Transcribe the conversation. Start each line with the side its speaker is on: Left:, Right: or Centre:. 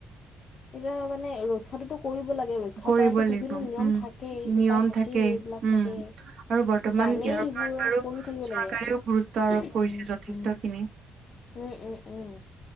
Left: এতিয়া মানে ৰক্ষাটোতো। কৰিব লাগে ৰক্ষা
Right: কৰিব
Left: কৰাতো বিভিন্ন
Right: লাগিব
Left: নিয়ম
Right: উম
Left: থাকেই
Right: নিয়ম
Left: উপায় থাকেই এইবিলাক
Right: উম
Left: থাকেই।
Right: আৰু বৰ্তমান
Left: জানেই
Right: ইয়াৰ ওপৰত
Left: সেইবোৰ আৰু
Right: বাৰু
Left: কৰি থাকিব
Right: চৰকাৰেও
Left: লাগে
Right: গুৰুত্ব আৰোপ কৰিছে
Left: উম
Right: যথেষ্ট
Left: হুম।
Right: খিনি
Left: উম উম উম।